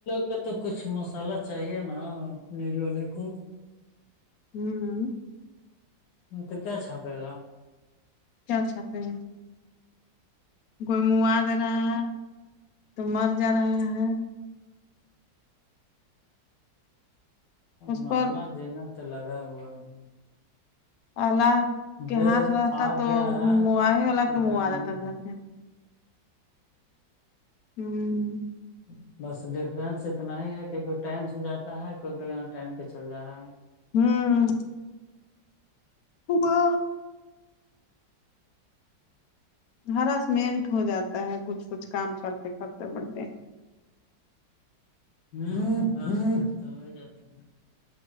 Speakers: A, on the left (about 80°); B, on the left (about 60°).
A: کا تو کچھ مسالہ چاہیے نای والے کو
B: ہوں
A: تو کیا چھاپے گا
B: کیاھا کر ہیں کوئی منو دے رہا ہے تو مر جا رہا ہے اس
A: مرنا
B: پر
A: زینا تو لگا ہوا ہے
B: اللہ کے
A: جو
B: ہاتھ رہتا
A: آ
B: تو
A: گیا
B: م
A: ہے
B: والا
A: اس پہ
B: کے
A: جانا
B: منگوا دیتا
A: ہی ہے
B: گھر سے ہوں
A: بس ڈفرینس اتنا ہی ہے کہ کوئی ٹائم سے جاتا ہے کوئی با ٹائم پہ چل جا رہا ہے
B: ہوں وہ کا ہراس منٹ ہو جاتا ہے کچھ کچھ کام کرتے کرتے بڑے
A: <unintelligible>